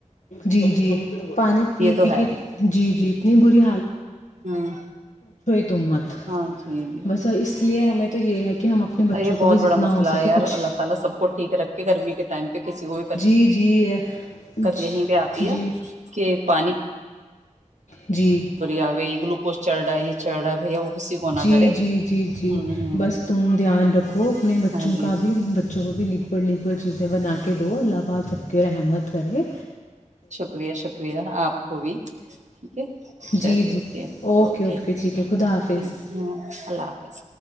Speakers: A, on the left (about 70°); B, on the right (about 65°).
A: جی جی پانی
B: یہ تو
A: پی
B: ہے
A: کے جی جی اتنی بری
B: ہوں
A: تو مت
B: ہاں جی جی
A: بس اس لیے ہمیں تو یہ ہے کہ ہم اپنے بچوں
B: ارے یہ
A: کو
B: بہت
A: بھی جتنا
B: بڑا مسئلہ
A: ہو سکے
B: ہے یار
A: کچھ
B: اللہ تعالی سب کو ٹھیک رکھ کے گرمی کے ٹائم پہ کسی کو
A: جی جی جی
B: یہیں پہ اتی
A: جی
B: ہے کہ پانی
A: جی
B: تو یہ اگئی گلوکوز چڑھ رہا ہے بھیا وہ کسی کو نہ
A: جی
B: کرے
A: جی جی
B: ہوں ہوں
A: بس تم دھیان رکھو اپنے بچوں
B: ہاں جی
A: کا
B: ہاں جی
A: بھی بچوں کو بھی لک پر لکھو چیزیں بنا اللہ پاک سب کے رحمت کر کے
B: شکریہ شکریہ اپ کو بھی ٹھیک ہے چلی
A: جی
B: ہوتی
A: جی
B: ہے اوکے
A: پھر ٹھیک ہے خدا حافظ
B: اللہ حافظ